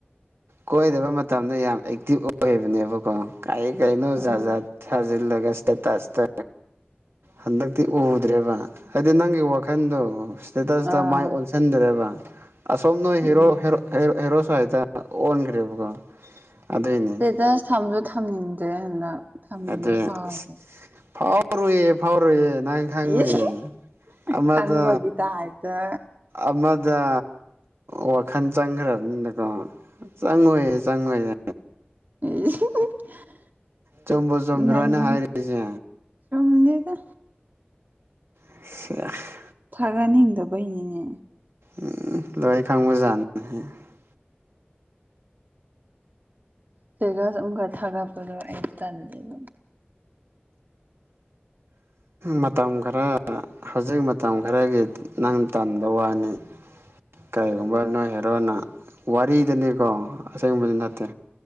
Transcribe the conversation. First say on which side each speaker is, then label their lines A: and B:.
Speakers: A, on the right; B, on the right.
A: ꯀꯣꯏꯗꯕ ꯃꯇꯝꯗ ꯌꯥꯝ ꯑꯦꯛꯇꯤꯚ ꯑꯣꯏꯕꯅꯦꯕꯀꯣ ꯀꯩ ꯀꯩꯅꯣ
B: ꯎꯝ
A: ꯖꯥꯠ ꯖꯥꯠ ꯊꯥꯖꯤꯜꯂꯒ ꯏꯁꯇꯦꯇꯁ ꯇ ꯍꯟꯗꯛꯇꯤ ꯎꯗ꯭ꯔꯦꯕ ꯍꯥꯏꯗꯤ ꯅꯪꯒꯤ ꯋꯥꯈꯟꯗꯣ ꯏꯁꯇꯦꯇꯁꯇ
B: ꯑꯥ
A: ꯃꯥꯏ ꯑꯣꯟꯁꯤꯟ <unintelligible> ꯗꯔꯦꯕ ꯑꯁꯣꯝ ꯅꯣꯏ
B: ꯎꯝ
A: ꯍꯦꯔꯣ ꯍꯦ ꯍꯦꯔꯣ ꯁ꯭ꯋꯥꯗ ꯑꯣꯟꯈ꯭ꯔꯦꯕꯀꯣ ꯑꯗꯨꯏꯅꯤ
B: ꯏꯁꯇꯦꯇꯁ ꯊꯝꯁꯨ ꯊꯝꯅꯤꯡꯗꯦ ꯍꯟꯗꯛ ꯊꯝꯅꯤꯡꯕ
A: ꯑꯗꯨꯏ
B: ꯐꯥꯎꯗꯦ
A: ꯑꯁ ꯐꯥꯎꯔꯣꯏꯌꯦ ꯐꯥꯎꯔꯣꯏꯌꯦ ꯅꯪ ꯈꯪꯉꯨꯏꯌꯦ
B: ꯏꯁ
A: ꯑꯃꯗꯣ
B: ꯈꯪꯕꯒꯤ ꯇꯥꯏꯞꯇ
A: ꯑꯃꯗ ꯋꯥꯈꯜ ꯆꯪꯈ꯭ꯔꯕꯅꯤꯅꯀꯣ ꯆꯪꯉꯣꯏꯌꯦ ꯆꯪꯉꯣꯏꯌꯦ
B: <unintelligible>
A: ꯆꯨꯝꯕꯨ ꯆꯨꯝꯗ꯭ꯔꯣ
B: ꯅꯪ
A: ꯑꯩꯅ ꯍꯥꯏꯔꯤꯁꯦ
B: ꯆꯨꯝꯗꯦꯗ
A: <unintelligible>
B: ꯊꯥꯒꯠꯅꯤꯡꯗꯕꯩꯅꯤꯅꯦ
A: ꯎꯝ ꯂꯣꯏ ꯈꯪꯕꯖꯥꯠꯅꯤ <unintelligible>
B: ꯏꯁꯇꯦꯇꯁ ꯑꯃꯨꯛꯀ ꯊꯥꯒꯠꯄꯗꯣ ꯑꯩ ꯇꯟꯂꯦꯕ
A: ꯃꯇꯝ ꯈꯔꯥꯥ ꯍꯧꯖꯤꯛ ꯃꯇꯝ ꯈꯔꯥꯒꯤ ꯅꯪ ꯇꯟꯕ ꯋꯥꯅꯤ ꯀꯩꯒꯨꯝꯕ ꯅꯣꯏ ꯍꯦꯔꯣꯅ ꯋꯥꯔꯤꯗꯅꯤꯀꯣ ꯑꯁꯤꯒꯨꯝꯕꯗꯤ ꯅꯠꯇꯦ